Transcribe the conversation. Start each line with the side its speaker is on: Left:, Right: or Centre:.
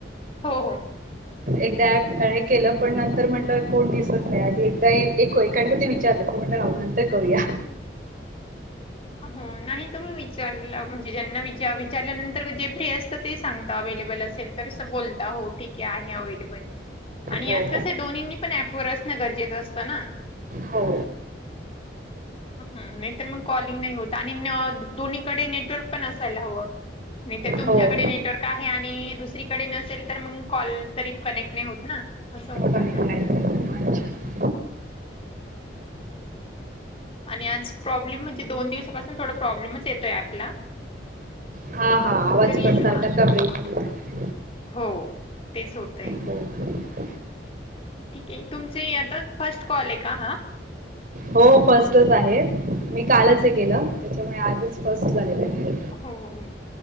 Left: हो, हो.
Right: एकदा ॲप हे केलं पण नंतर म्हटलं, कोण दिसत नाही आधी एकदा एक एका म ते विचारलं. तो म्हटला रावत नंतर करू या.
Left: हो नाही तुम्ही विचारला म्हणजे, ज्यांना विचार विचारल्यानंतर जे फ्री असतं ते सांगता अवे्लेबल असेल. तरस बोलता हो ठीक आहे अवेलेबल. आणि
Right: हो
Left: यात कसं दोन्हींनी पण ऍपवर असणं गरजेचं असतं ना.
Right: हो.
Left: हम्म. नाही तर मग कॉल. नाही होत, आणि दोन्हीकडे नेटवर्क पण असायला हवं. नाही तर तुमच्याकडे
Right: हो
Left: नेटवर्क आहे, आणि दुसरीकडे नसेल तर मग कॉल तरी कनेक्ट नाही होत ना. असं होवून जात.
Right: कनेक्ट नाही झालं. अच्छा.
Left: आणि आज प्रॉब्लेम म्हणजे दोन दिवसापासून थोडा प्रॉब्लेमच येतोय ॲपला.
Right: हा हा आवाज पण
Left: इश्यू
Right: सारखा का ब्रेक होतोय.
Left: हो, तेच होतंय.
Right: हो हो.
Left: ठीक आहे. तुमच ही आता फर्स्ट कॉल आहे का हा.
Right: हो फर्स्टच आहे. मी कालच हे केलं, त्यांच्यामुळे आजच फर्स्ट झालेलं आहे.
Left: हो.